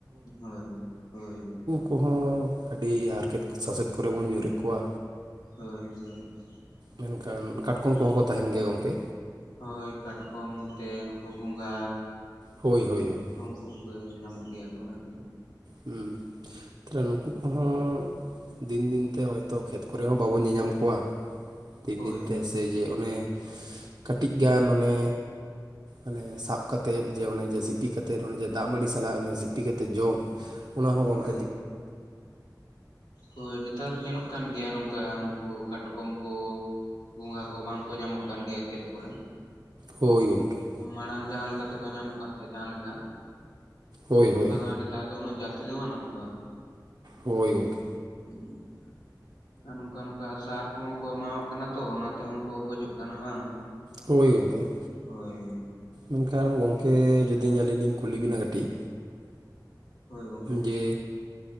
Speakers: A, on the left; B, on the right.
A: ᱦᱳᱭ ᱦᱳᱭ᱾
B: ᱠᱚ ᱦᱚᱸ ᱟᱹᱰᱤ ᱦᱟᱨᱠᱮᱛ ᱥᱟᱥᱮᱛ ᱠᱚᱨᱮ ᱵᱚᱱ ᱧᱩᱨᱮᱫ ᱠᱚᱣᱟ᱾
A: ᱦᱳᱭ ᱦᱳᱭ᱾
B: ᱢᱮᱱᱠᱷᱟᱱ ᱠᱟᱴᱠᱚᱢ ᱠᱚᱦᱚᱸ ᱠᱚ ᱛᱟᱦᱮᱱ ᱜᱮᱭᱟ ᱜᱚᱝᱠᱮ᱾
A: ᱦᱳᱭ ᱠᱟᱴᱠᱚᱢ ᱱᱚᱛᱮ ᱱᱩᱠᱩ ᱜᱚᱸᱜᱷᱟ
B: ᱦᱳᱭ ᱦᱳᱭ ᱦᱳᱭ
A: ᱩᱱᱠᱩ ᱠᱚᱜᱮ ᱧᱟᱢᱚᱜ ᱜᱮᱭᱟ ᱠᱚ ᱟᱨᱠᱤ
B: ᱦᱩᱸ ᱛᱟᱦᱞᱮ ᱱᱩᱠᱩ ᱠᱚᱦᱚᱸ ᱫᱤᱱ ᱫᱤᱱᱛᱮ ᱦᱚᱭᱛᱳ ᱠᱷᱮᱛ ᱠᱚᱨᱮ ᱦᱚᱸ ᱵᱟᱵᱚᱱ ᱧᱮᱧᱟᱢ ᱠᱚᱣᱟ ᱫᱤᱱ
A: ᱦᱳᱭ
B: ᱫᱤᱱᱛᱮ ᱮᱭᱡᱮ ᱚᱱᱮ ᱠᱟᱹᱴᱤᱡ ᱜᱟᱱ ᱚᱱᱮ ᱟᱱᱮ ᱥᱟᱵ ᱠᱟᱛᱮᱫ ᱡᱮ ᱚᱱᱮ ᱡᱮ ᱥᱤᱯᱤ ᱠᱟᱛᱮᱫ ᱚᱱᱮ ᱡᱮ ᱫᱟᱜ ᱢᱟᱹᱲᱤ ᱥᱟᱞᱟᱜ ᱥᱤᱯᱤ ᱠᱟᱛᱮᱫ ᱡᱚᱢ ᱚᱱᱟ ᱦᱚᱸ
A: ᱦᱳᱭ ᱦᱳᱭ ᱱᱮᱛᱟᱨ ᱧᱮᱞᱚᱜ ᱠᱟᱱ ᱜᱮᱭᱟ ᱱᱚᱝᱠᱟ ᱱᱩᱠᱩ ᱠᱟᱴᱠᱚᱢ ᱠᱚ ᱵᱚᱸᱜᱷᱟ ᱠᱚ ᱵᱟᱝ ᱠᱚ ᱧᱟᱢᱚᱜ ᱠᱟᱱ ᱜᱮᱭᱟ ᱠᱷᱮᱛ ᱠᱚᱨᱮ
B: ᱦᱳᱭ ᱜᱚᱢᱠᱮ
A: ᱢᱟᱲᱟᱝ ᱡᱟᱦᱟᱸ ᱞᱮᱠᱟ ᱛᱮᱠᱚ ᱧᱟᱢᱚᱜ ᱠᱟᱱ ᱛᱟᱦᱮᱸᱫ ᱡᱟᱦᱟᱸ ᱞᱮᱠᱟ
B: ᱦᱳᱭ
A: ᱚᱱᱠᱟ
B: ᱦᱳᱭ
A: ᱫᱚ ᱱᱤᱛ ᱱᱮᱛᱟᱨ ᱫᱚ ᱩᱱᱟᱹᱜ ᱡᱟᱹᱛᱤ ᱫᱚ ᱵᱟᱹᱱᱩᱜ ᱠᱚᱣᱟ
B: ᱦᱳᱭ ᱜᱚᱝᱠᱮ᱾
A: <unintelligible> ᱟᱨ ᱱᱚᱝᱠᱟ ᱱᱚᱝᱠᱟ ᱥᱟᱨ ᱠᱚᱦᱚᱸ ᱠᱚ ᱮᱢᱟᱣᱟᱜ ᱠᱟᱱᱟ ᱛᱚ ᱚᱱᱟ ᱛᱮᱦᱚᱸ ᱠᱚ ᱜᱚᱡᱚᱜ ᱠᱟᱱᱟ ᱵᱟᱝ᱾
B: ᱦᱳᱭ ᱜᱚᱝᱠᱮ᱾
A: ᱦᱳᱭ᱾
B: ᱢᱮᱱᱠᱷᱟᱱ ᱜᱚᱝᱠᱮ ᱡᱩᱫᱤ ᱟᱹᱞᱤᱧ ᱞᱤᱧ ᱠᱩᱞᱤ ᱵᱤᱱᱟ ᱠᱟᱹᱴᱤᱡ
A: ᱦᱳᱭ ᱜᱚᱝᱠᱮ
B: ᱡᱮ